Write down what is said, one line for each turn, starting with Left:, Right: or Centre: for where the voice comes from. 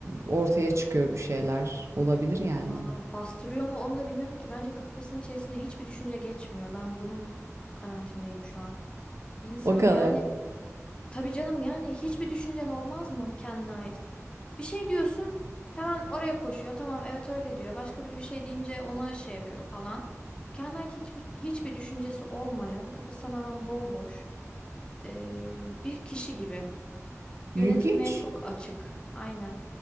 Right: ortaya çıkıyor bir şeyler. Olabilir yani.
Left: Valla bastırıyor mu onu da bilmiyorum ki. Bence kafasının içerisinde hiçbir düşünce geçmiyor. Ben bunun kanaatindeyim şu an. Bir insan
Right: O kadar.
Left: yani tabii canım yani hiçbir düşüncen olmaz mı kendine ait? Bir şey diyorsun hemen oraya koşuyor. Tamam evet öyle diyor. Başka biri bir şey deyince ona şey yapıyor falan. Kendine ait hiçbir, hiçbir düşüncesi olmayan, kafası tamamen bomboş, ee, bir kişi gibi.
Right: İlginç.
Left: Yönetilmeye çok açık. Aynen.